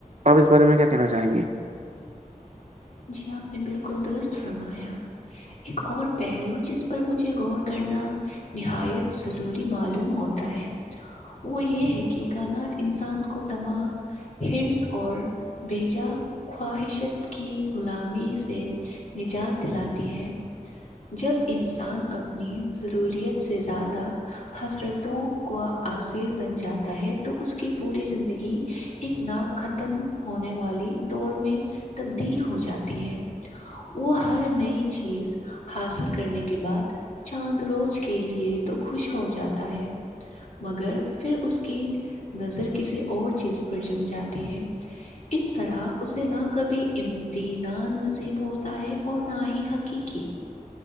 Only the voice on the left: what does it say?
جی آپ نے بالکل درست فرمایا ایک اور پہلو جس پر مجھے غور کرنا نہایت ضروری معلوم ہوتا ہے وہ یہ ہے کہ کانات انسان کو تما حرس اور بیجا خواہشت کی غلامی سے نجات دلاتی ہے جب انسان اپنی ضروریت سے زیادہ حسرتوں کو عصر بن جاتا ہے تو اس کی پوری زندگی ایک ن ختم ہونے والی دوڑ میں تبدیل ہو جاتی ہے وہ ہر نئی چیز حاصل کرنے کے بعد چاند روز کے لیے تو خوش ہو جاتا ہے مگر پھر اس کی نظر کسی اور چیز پر جم جاتی ہے اس طرح اسے نہ کبھی امدینان نصیب ہوتا ہے اور نہ ہی حقیقی